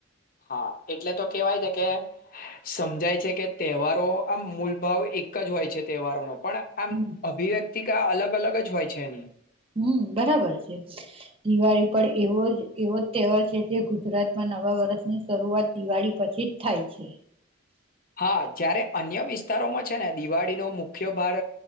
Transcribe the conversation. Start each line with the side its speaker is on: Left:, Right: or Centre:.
Left: હા એટલે તો કહેવાય છે કે સમજાય છે કે તહેવારો આમ મૂલભાવ એક જ હોય છે તહેવારોનો પણ આમ
Right: હમ
Left: અભિવ્યક્ વ્યક્તિકા અલગ-અલગ જ હોય છે એની.
Right: હમ્મ બરાબર છે. દિવાળી પણ એવો જ એવો જ તહેવાર છે જે ગુજરાતમાં નવા વર્ષની શરૂઆત દિવાળી પછી જ થાય છે.
Left: હા જયારે અન્ય વિસ્તારોમાં છે ને દિવાળીનો મુખ્ય ભાર